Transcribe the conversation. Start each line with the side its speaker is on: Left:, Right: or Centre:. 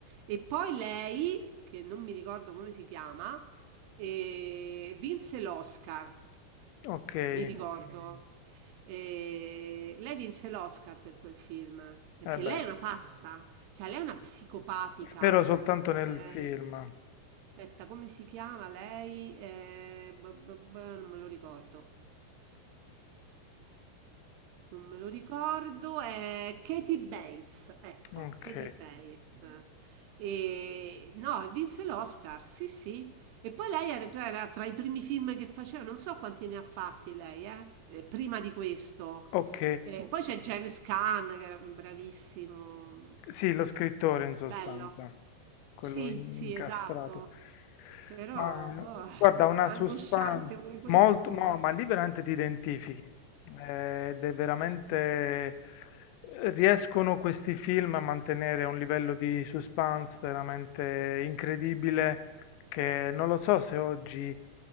Right: E poi lei, che non mi ricordo come si chiama, eh, vinse l'Oscar,
Left: Ok, eh
Right: mi Ok. ricordo. Eh, lei vinse l'Oscar per quel film, perché
Left: beh,
Right: lei è una pazza, cioè lei è una psicopatica.
Left: spero soltanto nel
Right: Eh,
Left: film.
Right: aspetta, come si chiama lei? Eh, b- b- b- non me lo ricordo. Non me lo ricordo, è Katie Bates, ecco,
Left: Ok,
Right: Katie Bates. E no, e vinse l'Oscar, sì, sì. E poi lei era, cioè, era tra i primi film che faceva, non so quanti ne ha fatti lei, eh, eh, prima di questo.
Left: ok.
Right: Eh, poi c'è James Caan, che era bravissimo.
Left: Sì, lo scrittore in sostanza,
Right: Bello.
Left: quello
Right: Sì,
Left: in-
Right: sì,
Left: incastrato.
Right: esatto. Però,
Left: Ma
Right: boh, <laughs>
Left: guarda, una
Right: angosciante
Left: suspense
Right: pure questo,
Left: molto, no,
Right: eh.
Left: ma lì veramente ti identifichi. eh, Ed è veramente eh, riescono questi film a mantenere un livello di suspense veramente incredibile che non lo so se oggi